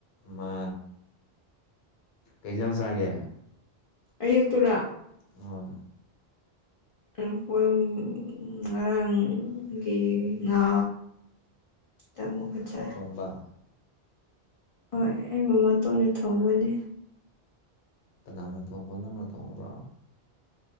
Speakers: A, on the left; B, on the left.
A: ꯃꯥ ꯀꯔꯤ ꯌꯔꯪꯁꯡ ꯆꯥꯒꯦ
B: ꯑꯌꯨꯛꯇꯨꯔꯥ
A: ꯍꯣꯏ
B: ꯑꯩꯈꯣꯏ ꯉꯔꯥꯡꯒꯤ ꯉꯥ ꯇꯃꯨꯒ ꯆꯥꯏ
A: ꯊꯣꯡꯕ
B: ꯍꯣꯏ ꯑꯩ ꯃꯃꯥ ꯇꯣꯟ ꯑꯣꯏꯅ ꯊꯣꯡꯕꯅꯦ
A: ꯀꯅꯥꯅ ꯊꯣꯡꯕ ꯅꯨꯡꯅ ꯊꯣꯡꯕ꯭ꯔꯣ